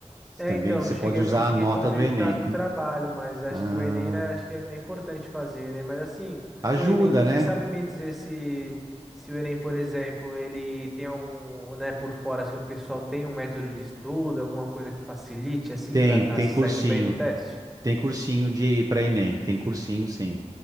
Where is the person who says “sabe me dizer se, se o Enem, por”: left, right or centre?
Centre